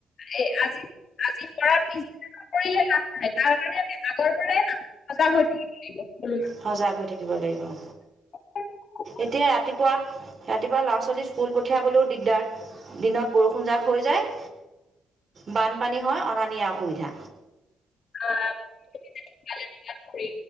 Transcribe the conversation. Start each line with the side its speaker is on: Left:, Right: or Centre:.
Left: এই আজি আজি কৰা, পিছদিনাখন কৰিলে লাভ নাই, তাৰ কাৰণে আমি আগৰ পৰাই, মানুহ সজাগ হৈ থাকিব লাগিব।
Right: সজাগ হৈ থাকিব লাগিব, অ'।
Left: সকলো মানুহ
Right: এতিয়াই ৰাতিপুৱা, ৰাতিপুৱা ল'ৰা-ছোৱালী স্কুল পঠিয়াবলৈও দিগদাৰ। দিনত বৰষুণজাক হৈ যায়। বানপানী হয়, অনা-নিয়া অসুবিধা
Left: <inaudible> মানে দুনিয়াত ফুৰি,